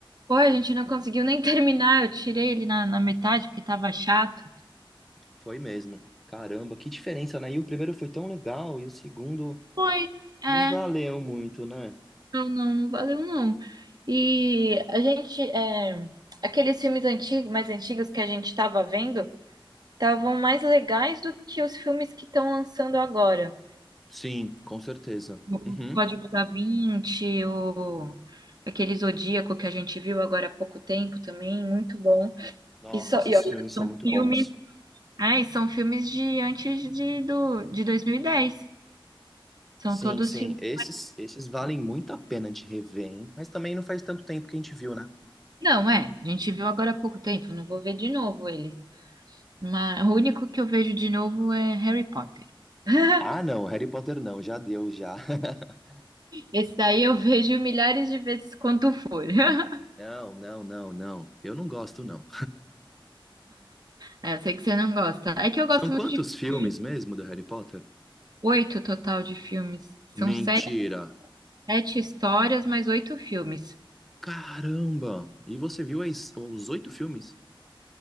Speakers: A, on the right; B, in the centre.
A: Foi, a gente não conseguiu nem <laughs> terminar. Eu tirei ele na, na metade porque tava chato.
B: Foi mesmo. Caramba, que diferença, né? E o primeiro foi tão legal e o segundo
A: Foi. É.
B: não valeu muito, né?
A: Não, não, não valeu não. E a gente, é, aqueles filmes antigos, mais antigos que a gente estava vendo, estavam mais legais do que os filmes que estão lançando agora.
B: Sim, com certeza.
A: O
B: Uhum.
A: Código da Vinci, o aquele Zodíaco que a gente viu agora há pouco tempo também, muito bom.
B: Nossa,
A: E, só,
B: esses
A: e olha,
B: filmes são
A: são
B: muito
A: filmes,
B: bons.
A: é, e são filmes de antes de, do, de dois mil e dez São
B: Sim,
A: todos
B: sim,
A: filmes.
B: esses, esses valem muito a pena de rever, hein? Mas também não faz tanto tempo que a gente viu, né?
A: Não, é, a gente viu agora há pouco tempo, não vou ver de novo eles. Mas o único que eu vejo de novo é Harry Potter. <laughs>
B: Ah, não, Harry Potter não, já deu, já. <laughs>
A: Esse daí eu vejo milhares de vezes quanto for. <laughs>
B: Não, não, não, não. Eu não gosto, não.
A: É, eu sei que você não gosta. É que eu
B: São
A: gosto
B: quantos
A: muito de filme
B: filmes
A: de-
B: mesmo do Harry Potter?
A: oito total de filmes. São
B: Mentira!
A: sete, sete histórias, mais oito filmes.
B: Caramba! E você viu as- os oito filmes?